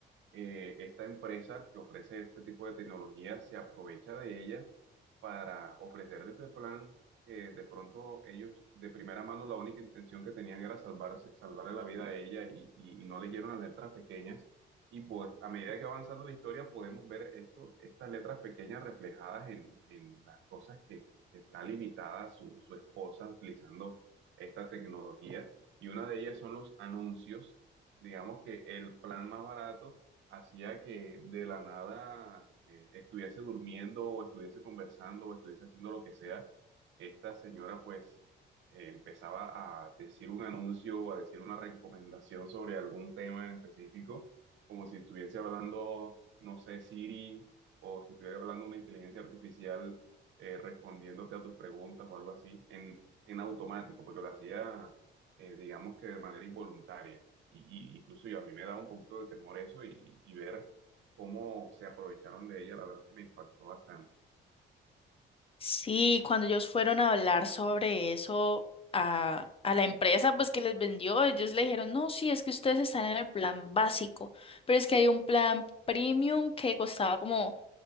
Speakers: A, on the right; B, on the left.
A: eh, esta empresa que ofrece este tipo de tecnología se aprovecha de ella para ofrecer este plan que de pronto ellos de primera mano la única intención que tenían era salvarse, salvarle la vida a ella y, y- y no leyeron las letras pequeñas. Y pues a medida que va avanzando la historia podemos ver esto, estas letras pequeñas reflejadas en, en las cosas que, que está limitada su, su esposa utilizando esta tecnología. Y una de ellas son los anuncios. Digamos que el plan más barato hacía que de la nada eh, estuviese durmiendo o estuviese conversando o estuviese haciendo lo que sea, esta señora pues eh, empezaba a decir un anuncio o a decir una recomendación sobre algún tema en específico, como si estuviese hablando, no sé, Siri o si estuviera hablando una inteligencia artificial eh, respondiéndote a tus preguntas o algo así, en, en automático, porque lo hacía, eh, digamos que de manera involuntaria. Y, y incluso yo, a mí me da un poquito de temor eso y, y ver cómo se aprovecharon de ella, la verdad es que me impactó bastante.
B: Sí, cuando ellos fueron a hablar sobre eso a, a la empresa, pues que les vendió, ellos le dijeron, no, sí, es que ustedes están en el plan básico, pero es que hay un plan premium que costaba como